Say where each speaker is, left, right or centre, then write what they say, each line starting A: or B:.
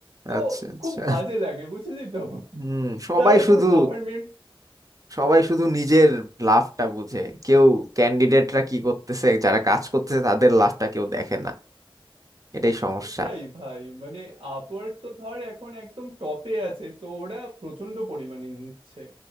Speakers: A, on the right; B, on the right.
A: তো
B: আচ্ছা আচ্ছা
A: খুব বাজে লাগে বুঝলি তো
B: হুম সবাই
A: তার উপর
B: শুধু
A: গভর্নমেন্ট
B: সবাই শুধু নিজের লাভটা বুঝে কেউ ক্যান্ডিডেটরা কি করতেছে যারা কাজ করতেছে তাদের লাভটা কেউ দেখে না এটাই সমস্যা
A: ওটাই ভাই মানে আপওয়ার্ক তো ধর এখন একদম টপে আছে তো ওরা প্রচন্ড পরিমাণে নিচ্ছে